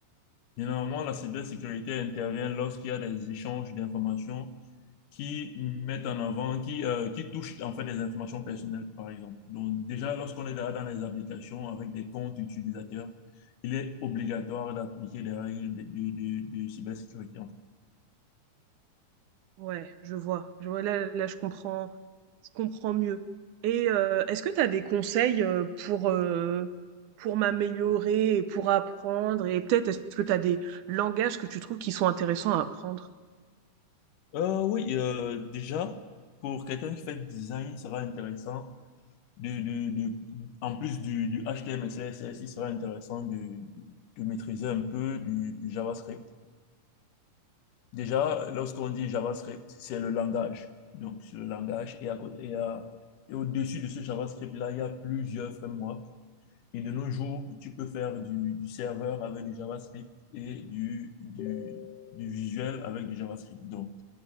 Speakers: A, on the left; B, on the right.
A: Généralement, la cybersécurité intervient lorsqu'il y a des échanges d'informations qui mettent en avant, qui, euh, qui touchent en fait des informations personnelles, par exemple. Donc déjà, lorsqu'on est dans dans les applications avec des comptes utilisateurs, il est obligatoire d'appliquer les règles de, de, de- de cybersécurité, en fait.
B: Ouais, je vois. Je vois, là, là, je comprends, je comprends mieux. Et euh, est-ce que tu as des conseils euh, pour, euh, pour m'améliorer et pour apprendre? Et peut-être, est-ce que tu as des langages que tu trouves qui sont intéressants à apprendre?
A: Euh, oui, euh, déjà, pour quelqu'un qui fait du design, il sera intéressant, de, de, de- en plus du, du HTML, CSS, il sera intéressant de, de maîtriser un peu du, du JavaScript Déjà, lorsqu'on dit JavaScript, c'est le langage. Donc, c'est le langage. Et, à cô- et à- et au-dessus de ce JavaScript-là, il y a plusieurs frameworks. Et de nos jours, tu peux faire du, du serveur avec du JavaScript et du, du, du visuel avec du JavaScript. Donc,